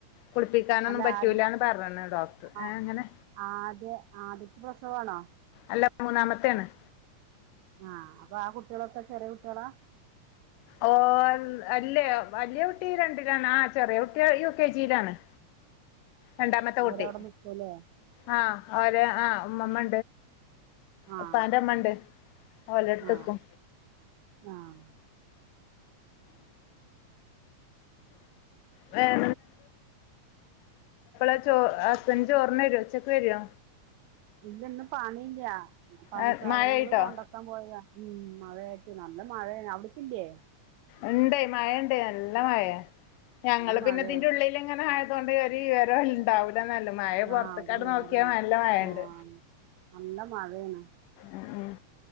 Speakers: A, on the left (about 85°); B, on the right (about 70°).
A: കുളിപ്പിക്കാനൊന്നും
B: അല്ല
A: പറ്റൂല്ലന്ന്
B: ആദ്യ
A: പറഞ്ഞന്ന് ഡോക്ടർ ഏഹ്
B: ആ-
A: അങ്ങനെ
B: ആദ്യ ആദ്യത്തെ പ്രസവ ആണോ?
A: അല്ല മൂന്നാമത്തോണ്-
B: ആഹ് അപ്പൊ ആ കുട്ടികളൊക്കെ ചെറിയ കുട്ടികളാ?
A: ഓ അല്ലേ വലിയ കുട്ടി രണ്ടിലാണ് ആഹ് ചെറിയ കുട്ടി യു കെ ജിയിലാണ്- രണ്ടാമത്തെ കുട്ടി
B: അവര് അവിടെ നിക്കുല്ലേ?
A: ആഹ് ര് ആഹ് ഉമ്മമ്മ
B: ആഹ്
A: ഉപ്പാന്റെ അമ്മ ഉണ്ട് ഓളെടുത്തു
B: ആഹ്
A: നിൽക്കും.
B: ആഹ്
A: വേറെ എന്തുഒണ്ട് ഹസ്ബൻഡ് ചോറിന് വരുമോ ഉച്ചക്ക് വരുമോ?
B: ഇല്ല ഇന്ന് പണിയില്ല പണി
A: ആഹ്
B: സാധനങ്ങള്
A: മഴയിട്ടോ
B: കൊണ്ട <unintelligible> നല്ല മഴയ അവിടക്കില്ലേ?
A: ഉണ്ട് മഴ ഉണ്ട് നല്ല മഴ ഞങ്ങള്
B: നല്ല
A: പിന്നെ
B: മഴയാ
A: ഇതിന്റെ ഉള്ളിൽ ഇങ്ങനെ ആയത കൊണ്ട് ഇവര് ഇവര ഉണ്ടാവില്ല എന്നല്ല മഴ പുറത്തക്കാട്
B: ആഹ് ഒരു വിവരവുമില്ല
A: നോക്കിയാ നല്ല മഴുണ്ട്
B: ആഹ് നല്ല മഴയാണ്.
A: ഉം ഉം.